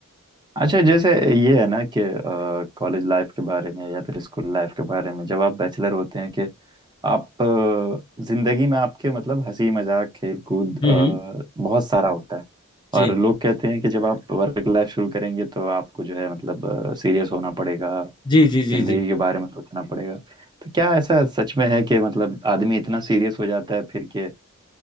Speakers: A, on the right; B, on the left.
A: अच्छा जैसे ये है ना कि कॉलेज लाइफ के बारे में या फिर स्कूल लाइफ के बारे में जब आप बैचलर होते हैं कि आप अ, जिंदगी में आपके मतलब हंसी मजाक खेल कूद अ,
B: हम्म
A: बहुत सारा होता है
B: जी
A: और लोग कहते हैं कि जब आप वर्क लाइफ शुरू करेंगे तो आपको जो है मतलब सीरियस होना पड़ेगा
B: जी जी जी
A: जिंदगी
B: जी
A: के बारे में सोचना पड़ेगा तो क्या ऐसा सच में है कि मतलब आदमी इतना सीरियस हो जाता है फिर के अ,